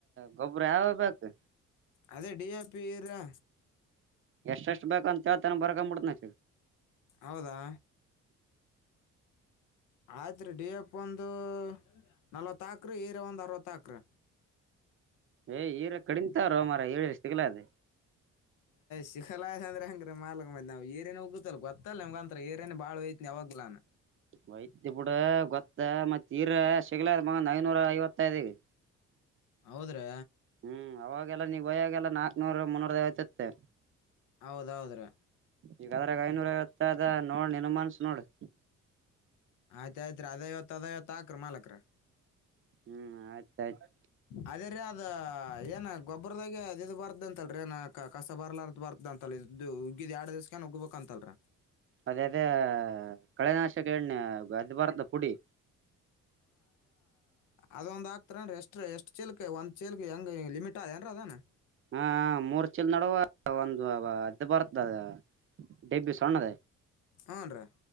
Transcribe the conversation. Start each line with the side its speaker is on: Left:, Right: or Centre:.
Right: ಗೊಬ್ಬರ ಯಾವ ಬು
Left: ಅದೇ ಡಿಆರ್ಪಿ ಇರಾ
Right: ಎ ಎಷ್ಟು ಬೇಕ ಅಂತೇಳ್ತಾನ ಬರ್ಕೊಡತನ
Left: ಹೌದಾ ಆಯ್ತ್ರಿ ಡಿ ಎಫ್ ಒಂದು ನಲ್ವತ್ತ ಹಾಕ್ರಿ ಈರ ಒಂದ್ ಅರವತ್ತ ಹಾಕ್ರಿ
Right: ಏ್ ಈರ ಕಡಿಂತಾರ ಮಾರ ಏಳ ತಿಗ್ಲ ಅದ
Left: ಶಿಖಲಯ್ ಅಂದ್ರೆ ಹಂಗ್ರ ಮ ಮಾಲ್ಕ್ ಮ್ ನಾವ್ ಈರೇನ ಹೋಗಗುತ್ತಲ್ ಗೊತ್ತಲ್ಲ ನಿಮ್ಗಂತ್ರರ ಈರೇನ್ ಬಾಳ ಯ್ತಿ ಹೋಗಲಾನ
Right: ವೈದ್ಯ ಬಿುಡ ಗೊತ್ತ ಮತ್ತರ ಸಿಗ್ಲದ ಮ ಐನೂರ ಐವತ್ತಐದಿಗೆ
Left: ಹೌದ್ರೆ
Right: ಹ್ಮ್ ಅವಾಗೆಲ್ಲಾ ನೀವು ಬಯ್ಯಾಗೆಲ್ಲಾ ನಾಕ್ನೂರ್ ಮುನ್ನೂರವತುತ್ತೆ
Left: ಹೌದೌದ್ರಿ
Right: ಈಗ ಅದ್ರಾಗ ಐನೂರ ಐವತ್ತದ ನೋಡ್ ನಿನ್ಮನ್ಸ ನೋಡ್-
Left: ಆಯ್ತ ಆಯ್ತ್ರಿ ಅದೈವತ್ ಅದೈವತ್ ಆಕ್ರಿ ಮಾಲಕರ. -
Right: ಹ್ಮ್, ಆಯ್ತ, ಆಯ್ತಾ
Left: ಅದೇ ರೀ ಅದ ಏನ ಗೊಬ್ಬರದಾಗ ಇದು ಬರ್ದ ಅಂತಲ್ರಿ. ಏನ ಕಸ ಬರ್ಲಾದ ಅಂತ ಬರ್ತ ಅಂತಲ್ಲ ಇದು ಇ ಉಗ್ಗಿದ್ ಎರಡು ದಿವ್ಸಕ ಉಗ್ಬೇಕ ಅಂತಲ್ರಿ.
Right: ಅದೇ -ಅದೇ ಕಳೆನಾಶ ಅದು ಬರತದ ಪುಡಿ.
Left: ಅದೊಂದ್ ಆಕ್ತೀರೇನ್ರಿ, ಎಷ್ಟ್ -ಎಷ್ಟ್ ಚೀಲ್ಕ್ ಒಂದ ಚೀಲ್ಕ್ ಹೆಂಗ ಲಿಮಿಟ್ ಅದೇಏನ್ರಿ ಅದ. ನ
Right: ಹಾ, ಮೂರ್ ಚೀಲ ನಡುವ ಒಂದು ಅದು ಬರುತ್ತ ಅದ. ಡೆಬ್ಬಿ ಸಣ್ಣದ
Left: ಹ್ಞೂ ರೀ